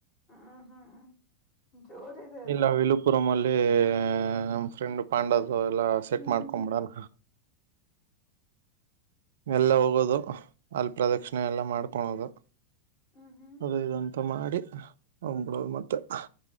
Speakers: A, on the left; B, on the right.
A: ಹ್ಮ ಹ್ಮ ಜೋರ ಇದೆ. ಅಲ್ಲ
B: ಇಲ್ಲ ವಿಲುಪುರಂ ಅಲ್ಲ ಲ್ಲಿ ನಮ್ಮ್ ಫ್ರೆಂಡ್ ಪಾಂಡದ ಅದು ಎಲ್ಲಾ ಸೆಟ್
A: ಹ್ಮ್
B: ಮಾಡ್ಕೊಂಡ್ಬಿಡಲ.
A: ಹ್ಮ್ ಹ್ಮ್
B: ಎಲ್ಲ ಹೋಗೋದು ಅಲ್ಲ ಪ್ರದಕ್ಷಿಣೆ ಎಲ್ಲ ಮಾಡ್ಕೊಳೋದು.
A: ಹ್ಮ ಹ್ಮ.
B: ಅದು ಇದಂತ ಮಾಡಿ ಹೊಂಗಿಬಿಡೋದ ಮತ್ತೆ ತ